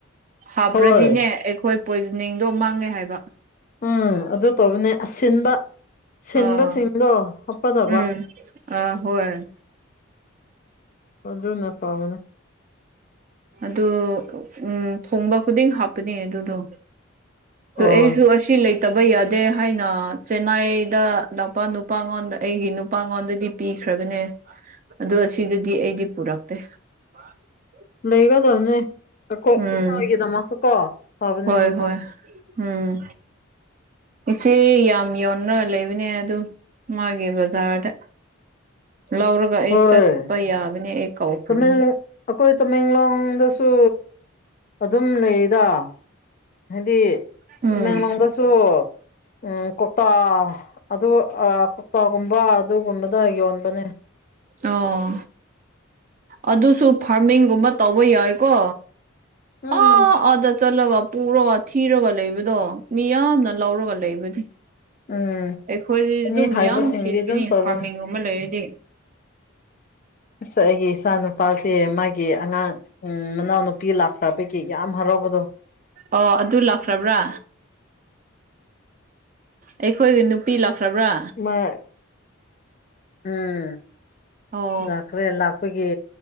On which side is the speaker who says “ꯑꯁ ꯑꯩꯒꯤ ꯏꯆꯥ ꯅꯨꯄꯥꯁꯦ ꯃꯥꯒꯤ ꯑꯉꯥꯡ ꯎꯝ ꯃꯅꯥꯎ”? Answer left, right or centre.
Left